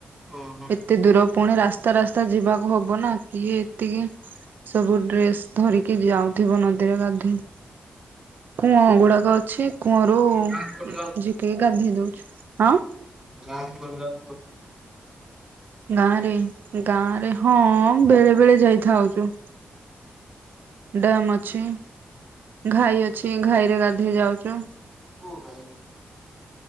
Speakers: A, on the right; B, on the right.
A: ଓ ହୋ।
B: ଏତେ ଦୂର ପୁଣି ରାସ୍ତା ରାସ୍ତା ଯିବାକୁ ହବ ନା, କିଏ ଏତିକି ସବୁ ଡ୍ରେସ୍ ଧରିକି ଯାଉଥିବ ନଦୀରେ ଗାଧୋଇ। କୂଅ ଗୁଡାକ ଅଛି। କୂଅରୁ
A: ଗାଁକୁ
B: ଝିକିକି ଗାଧେଇ ଦଉଚୁ। ହଁ।
A: ଗାଁ। <unintelligible>
B: ଗାଁ ରେ ଗାଁ ରେ ହଁ ବେଳେ ବେଳେ ଯାଇଥାଉଚୁ। ଡ୍ୟାମ୍ ଅଛି। ଘାଇ ଅଛି। ଘାଇ ରେ ଗାଧେଇ ଯାଉଚୁ। ଉଁ?
A: ଗାଁକୁ ଗାଈ ଅଛି